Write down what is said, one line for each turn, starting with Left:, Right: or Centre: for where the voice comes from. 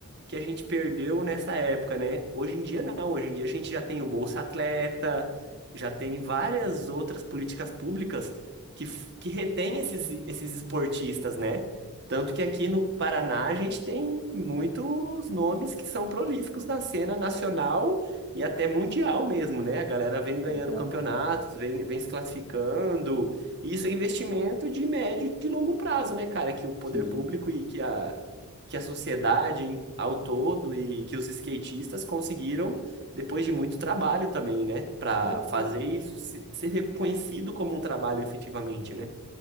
Right: que a gente perdeu nessa época, né? Hoje em dia não, hoje em dia a gente já tem o Bolsa Atleta, já tem várias outras políticas públicas que, f- que retém esses, esses esportistas, né? Tanto que aqui no Paraná a gente tem muitos nomes que são prolíficos na cena nacional e até mundial mesmo, né? A galera vem ganhando
Left: Legal.
Right: campeonatos, vem, vem se classificando. E isso é investimento de médio e de longo prazo, né, cara? Que o poder
Left: Sim.
Right: público e que a, que a sociedade em- ao todo e que os skatistas conseguiram depois de muito trabalho também, né? Para
Left: É,
Right: fazer isso se- ser reconhecido como um trabalho efetivamente, né?